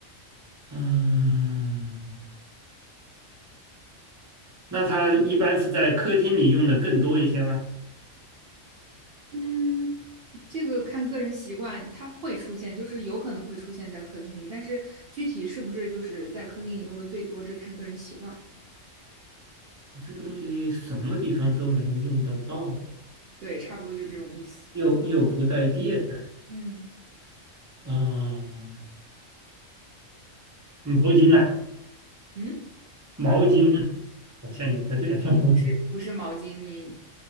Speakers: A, on the right; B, on the right.
A: 嗯，那它一般是在客厅里用的更多一些吗？
B: 嗯，这个看个人习惯，它会出现，就是有可能会出现在客厅里，但是具体是不是就是在客厅里用的最多，这看个人习惯。
A: 这个东西什么地方都能用得到，
B: 对，差不多就这种意思。
A: 又又不带电
B: 嗯，
A: 啊，毛巾呐、
B: 嗯，
A: 毛巾好像也不太对啊。<laughs>
B: 是不是毛巾？你，